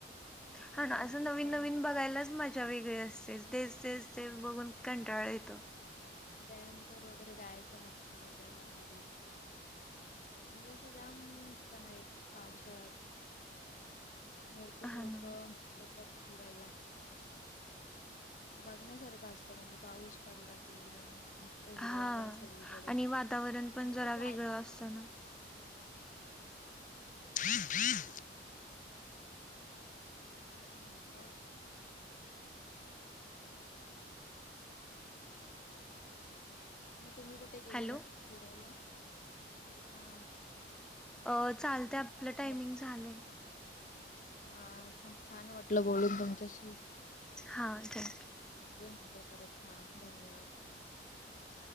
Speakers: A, in the centre; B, on the left (about 45°).
A: हा ना
B: भरपूर
A: असं नवीन
B: पॉइंट
A: नवीन
B: आहेत.
A: बघायलाच मजा वेगळी असते. तेच तेच ते बघून कंटाळा येतो.
B: डॅम् वर वगैरे जायचं मस्त बघायला भारी म्हणजे असं जाम ठिकाण आहेत पावसात. भरपूर
A: हा
B: लोक
A: ना
B: येतात फिरायला बघण्यासारखं असतं म्हणजे पाऊस पडला की एकदम मस्त
A: हा
B: हिरवागार सगळीकडे
A: आणि वातावरण पण
B: म्हणजे्
A: जरा
B: प
A: वेगळं असतं ना.
B: <unintelligible> एकदम मस्त वा मग तुम्ही कुठे गेलेलाग
A: हॅलो
B: फिरायला हा.
A: अ चालते आपलं टायमिंग
B: हरी
A: झालंय.
B: हा छान वाटलं बोलून तुमच्याशी
A: हा थँक्यू.
B: मिटपर्यंत हा धन्यवाद.
A: हात.